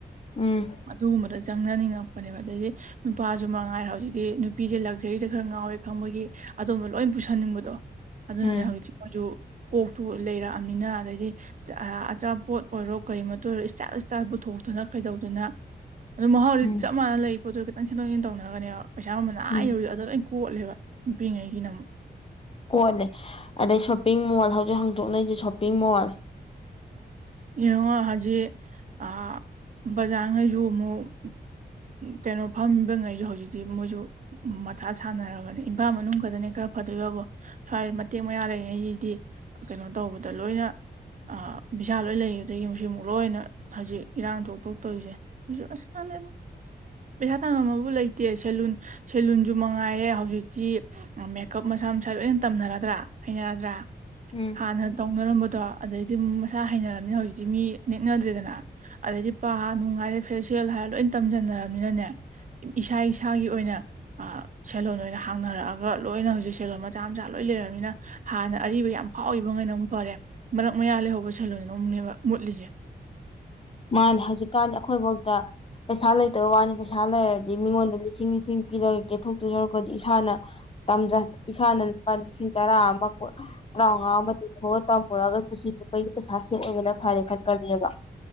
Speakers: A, on the left (about 35°); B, on the right (about 45°).
A: ꯎꯝ
B: ꯑꯗꯨꯒꯨꯝꯕꯗꯣ ꯆꯪꯅꯅꯤꯡꯉꯛꯄꯅꯦꯕ ꯑꯗꯩꯗꯤ ꯅꯨꯄꯥꯁꯨ ꯃꯉꯥꯏꯔꯦ ꯍꯧꯖꯤꯛꯇꯤ ꯅꯨꯄꯤꯁꯦ ꯂꯛꯖꯔꯤꯗ ꯈꯔ ꯉꯥꯎꯋꯦ ꯈꯪꯕꯒꯤ ꯑꯗꯣꯝꯕ ꯂꯣꯏ ꯄꯨꯁꯟꯅꯤꯡꯕꯗꯣ ꯑꯗꯨꯅꯅꯦ
A: ꯎꯝ
B: ꯍꯧꯖꯤꯛꯇꯤ ꯃꯣꯏꯁꯨ ꯀꯣꯛꯇꯨ ꯂꯩꯔꯛꯑꯝꯅꯤꯅ ꯑꯗꯩꯗꯤ ꯑꯆꯥ ꯑꯆꯥꯄꯣꯠ ꯑꯣꯏꯔꯣ ꯀꯔꯤꯃꯇ ꯑꯣꯏꯔꯣ ꯏꯁꯇꯥꯏꯜ ꯏꯁꯇꯥꯏꯜ ꯄꯨꯊꯣꯛꯇꯅ ꯀꯩꯗꯧꯗꯅ ꯑꯗꯣ ꯃꯍꯥꯎꯗꯤ
A: ꯎꯝ
B: ꯆꯞ ꯃꯥꯟꯅ ꯂꯩ ꯄꯣꯠꯇꯣ ꯈꯤꯇꯪ ꯁꯦꯝꯗꯣꯛ ꯁꯦꯝꯖꯤꯟ ꯇꯧꯅꯔꯒꯅꯦꯕ ꯄꯩꯁꯥ ꯃꯃꯟ ꯑꯥ
A: ꯎꯝ
B: ꯌꯧꯋꯤꯗꯣ ꯑꯗ ꯂꯣꯏ ꯀꯣꯠꯂꯦꯕ ꯅꯨꯄꯤꯉꯩꯒꯤꯅ ꯑꯃꯨꯛ
A: ꯀꯣꯠꯂꯦ ꯑꯗꯩ ꯁꯣꯄꯤꯡ ꯃꯣꯜ ꯍꯧꯖꯤꯛ ꯍꯥꯡꯗꯣꯛꯅꯩꯁꯦ ꯁꯣꯄꯤꯡ ꯃꯣꯜ
B: ꯌꯦꯡꯉꯣ ꯍꯧꯖꯤꯛ ꯑꯥ ꯕꯖꯥꯔꯉꯩꯁꯨ ꯑꯃꯨꯛ ꯀꯩꯅꯣ ꯐꯝꯕꯉꯩꯁꯨ ꯍꯧꯖꯤꯛꯇꯤ ꯃꯣꯏꯁꯨ ꯃꯊꯥ ꯁꯥꯟꯅꯔꯕꯅꯦ ꯏꯝꯐꯥꯜ ꯃꯅꯨꯡ ꯈꯠꯇꯅꯦ ꯈꯔ ꯐꯗꯣꯏꯕꯕꯨ ꯁ꯭ꯋꯥꯏ ꯃꯇꯦꯛ ꯃꯌꯥ ꯂꯩꯅꯩꯁꯤꯗꯤ ꯀꯩꯅꯣ ꯇꯧꯕꯗ ꯂꯣꯏꯅ ꯑ ꯚꯤ ꯁꯥꯜ ꯂꯣꯏ ꯂꯩꯒꯤꯕꯗꯒꯤ ꯃꯁꯤ ꯑꯃꯨꯛ ꯂꯣꯏꯅ ꯍꯧꯖꯤꯛ ꯏꯔꯥꯡ ꯊꯣꯛ ꯊꯣꯛ ꯇꯧꯔꯤꯁꯦ ꯑꯗꯨ ꯑꯁ ꯈꯟꯗꯦꯗ ꯄꯩꯁꯥ ꯇꯥꯡꯕꯝ ꯑꯕꯨ ꯂꯩꯇꯦ ꯁꯦꯂꯨꯟ ꯁꯦꯂꯨꯟꯁꯨ ꯃꯉꯥꯏꯔꯦ ꯍꯧꯖꯤꯛꯇꯤ ꯃꯦꯀꯞ ꯃꯁꯥ ꯃꯁꯥ ꯂꯣꯏꯅ ꯇꯝꯅꯔꯗ꯭ꯔ ꯍꯩꯅꯔꯗ꯭ꯔꯥ
A: ꯎꯝ
B: ꯍꯥꯟꯅ ꯇꯧꯅꯔꯝꯕꯗꯣ ꯑꯗꯩꯗꯤ ꯃꯁꯥ ꯍꯩꯅꯔꯝꯅꯤꯅ ꯍꯧꯖꯤꯛꯇꯤ ꯃꯤ ꯅꯦꯛꯅꯗ꯭ꯔꯦꯗꯅ ꯑꯗꯩꯗꯤ ꯄꯥ ꯅꯨꯡ ꯍꯥꯏꯔꯦ ꯐꯦꯁꯤꯌꯦꯜ ꯍꯥꯏꯔꯦ ꯂꯣꯏ ꯇꯝꯖꯟꯅꯔꯝꯅꯤꯅꯅꯦ ꯏꯁꯥ ꯏꯁꯥꯒꯤ ꯑꯣꯏꯅ ꯑꯥ ꯁꯦꯜꯂꯣꯟ ꯑꯣꯏꯅ ꯍꯥꯡꯅꯔꯛꯑꯒ ꯂꯣꯏꯅ ꯍꯧꯖꯤꯛ ꯁꯦꯂꯣꯟ ꯃꯆꯥ ꯃꯆꯥ ꯂꯣꯏ ꯂꯩꯔꯕꯅꯤꯅ ꯍꯥꯟꯅ ꯑꯔꯤꯕ ꯌꯥꯝ ꯐꯥꯎꯒꯤꯕ ꯉꯩꯅ ꯑꯃꯨꯛ ꯐꯔꯦ ꯃꯔꯛ ꯃꯌꯥ ꯂꯩꯍꯧꯕ ꯁꯜꯂꯣꯟꯗꯅ ꯑꯃꯨꯛꯅꯦꯕ ꯃꯨꯠꯂꯤꯁꯦ
A: ꯃꯥꯅꯦ ꯍꯧꯖꯤꯛꯀꯥꯟꯗꯤ ꯑꯩꯈꯣꯏꯐꯧꯗ ꯄꯩꯁꯥ ꯂꯩꯇꯕ ꯋꯥꯅꯤ ꯄꯩꯁꯥ ꯂꯩꯔꯗꯤ ꯃꯤꯉꯣꯟꯗ ꯂꯤꯁꯤꯡ ꯂꯤꯁꯤꯡ ꯄꯤꯔꯒ ꯀꯦꯊꯣꯛꯇꯣꯏ ꯌꯧꯔꯛꯄꯗꯤ ꯏꯁꯥꯅ ꯇꯝꯖꯟ ꯏꯁꯥꯅ ꯂꯨꯄꯥ ꯂꯤꯁꯤꯡ ꯇꯔꯥ ꯑꯃ <unintelligible> ꯇꯔꯥꯎꯉꯥ ꯑꯃ ꯇꯤꯡꯊꯣꯛꯑꯒ ꯇꯝꯃꯨꯔꯒ ꯄꯨꯟꯁꯤ ꯆꯨꯞꯄꯒꯤ ꯄꯩꯁꯥ ꯁꯦꯕ ꯑꯣꯢꯕꯅ ꯐꯔꯦ ꯈꯟꯀꯅꯤꯕ